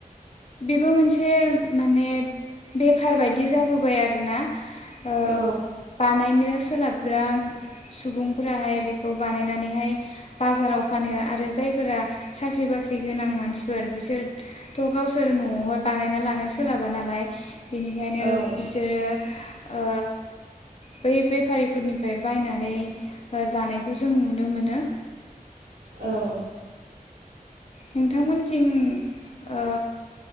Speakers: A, on the left; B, on the right.
A: बेबो मोनसे माने बेफार बायदि जाबोबाय आरोना ओ
B: औ
A: बानायनो सोलाबग्रा सुबुंफोराहाय बेखौ बानायनानैहाय बाजाराव फानो आरो जायफोरा साख्रि बाख्रि गोनां मानसि फोर बिसोरथ' गावसोर न'आवहाय बानायना लानो सोलाबा नालाय बेनिखायनो
B: औ
A: बिसोरो ओ बै बेफारिफोरनिफ्राय बायनानै ओ जानायखौ जों नुनो मोनो।
B: औ
A: नोंथांमोनथिं ओ